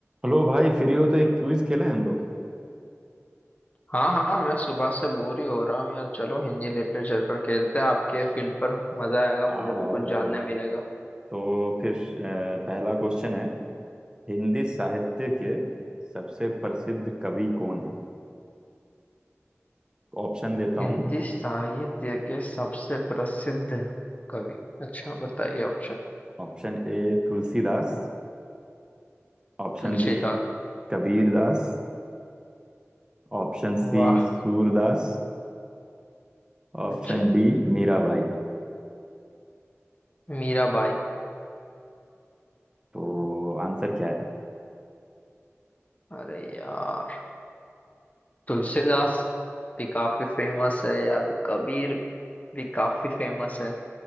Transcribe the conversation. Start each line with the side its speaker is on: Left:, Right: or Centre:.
Right: Hello भाई free हो तो एक क्विज खेलें हम लोग
Left: हाँ हाँ मैं सुबह से बोर ही हो रहा हूँ यार चलो हिंदी लिटरेचर पर खेलते हैं आपके फील्ड पर मजा आएगा
Right: आओ
Left: मुझे भी
Right: आओ
Left: कुछ जानने
Right: अरे वाह
Left: मिलेगा
Right: तो फिर अ, पहला क्वेश्चन है हिंदी साहित्य के सबसे प्रसिद्ध कवि कौन है ऑप्शन देता
Left: हिंदी
Right: हूँ
Left: साहित्य के सबसे प्रसिद्ध कवि अच्छा बताइए ऑप्शन
Right: Option A तुलसीदास option
Left: तुलसीदास
Right: B कबीरदास option C
Left: वाह
Right: सूरदास option
Left: अच्छा
Right: D मीराबाई
Left: मीराबाई
Right: तो आंसर क्या है
Left: अरे यार तुलसीदास भी काफी फेमस है यार कबीर भी काफी फेमस है